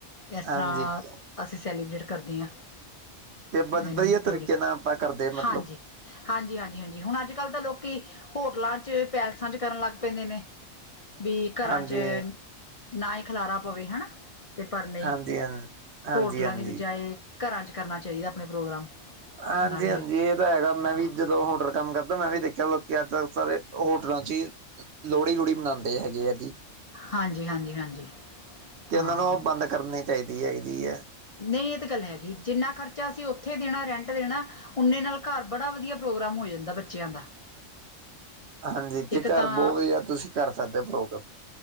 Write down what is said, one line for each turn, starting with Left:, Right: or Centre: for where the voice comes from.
Left: ਇਸ
Right: ਹਾਂਜੀ,
Left: ਤਰ੍ਹਾਂ
Right: ਕਿ
Left: ਅਸੀਂ ਸੈਲੀਬ੍ਰੇਟ ਕਰਦੇ ਹਾਂ।
Right: ਬ
Left: ਇਹਨੂੰ
Right: ਵਧੀਆ ਤਰੀਕੇ
Left: ਲੋਹੜੀ
Right: ਨਾਲ ਆਪਾਂ ਕਰਦੇ ਮਤਲਬ
Left: ਹਾਂਜੀ ਹਾਂਜੀ ਹਾਂਜੀ ਹਾਂਜੀ ਹੁਣ ਅੱਜ ਕੱਲ੍ਹ ਤਾਂ ਲੋਕੀ ਹੋਟਲਾਂ 'ਚ, ਪੈਲਸਾਂ 'ਚ ਕਰਨ ਲੱਗ ਪੈਂਦੇ ਨੇ ਵੀ ਘਰਾਂ
Right: ਹਾਂਜੀ,
Left: 'ਚ ਨਾ ਹੀ ਖਿਲਾਰਾ ਪਵੇ ਹਨਾ ਤੇ ਪਰ ਨਹੀਂ
Right: ਹਾਂਜੀ, ਹਾਂ ਹਾਂਜੀ,
Left: ਹੋਟਲਾਂ
Right: ਹਾਂਜੀ।
Left: ਦੀ ਬਜਾਏ ਘਰਾਂ 'ਚ ਕਰਨਾ ਚਾਹੀਦਾ ਆਪਣੇ ਪ੍ਰੋਗਰਾਮ।
Right: ਹਾਂਜੀ
Left: ਨਾਲੇ
Right: ਹਾਂਜੀ ਇਹ ਤਾਂ ਹੈਗਾ ਮੈਂ
Left: ਹਾਂ
Right: ਵੀ ਜਦੋਂ ਹੋਟਲ ਕੰਮ ਕਰਦਾ ਮੈਂ ਵੀ ਦੇਖਿਆ ਕਹਿ ਲਓ ਕਿ ਅੱਜ ਕਲ ਸਾਰੇ ਹੋਟਲਾਂ ਚ ਹੀ ਲੋਹੜੀ ਲੂਹੜੀ ਮਨਾਉਂਦੇ ਹੈਗੇ ਆ ਜੀ।
Left: ਹਾਂਜੀ ਹਾਂਜੀ ਹਾਂਜੀ
Right: ਕਿ
Left: ਹਾਂ।
Right: ਉਹਨਾਂ ਨੂੰ ਉਹ ਬੰਦ ਕਰਨੀ ਚਾਹੀਦੀ ਹੈਗੀ ਜੀ।
Left: ਨਹੀਂ ਇਹ ਤਾਂ ਗੱਲ ਹੈਗੀ ਜਿੰਨਾ ਖਰਚਾ ਅਸੀਂ ਉੱਥੇ ਦੇਣਾ ਰੈਂਟ ਦੇਣਾ ਉਨੇ ਨਾਲ ਘਰ ਬੜਾ ਵਧੀਆ ਪ੍ਰੋਗਰਾਮ ਹੋ ਜਾਂਦਾ ਬੱਚਿਆਂ ਦਾ।
Right: ਹਾਂਜੀ ਕਿ
Left: ਇੱਕ
Right: ਘਰ
Left: ਤਾਂ
Right: ਬਹੁਤ ਵਧੀਆ ਤੁਸੀਂ ਕਰ ਸਕਦੇ ਹੋ ਪ੍ਰੋਗਰਾਮ।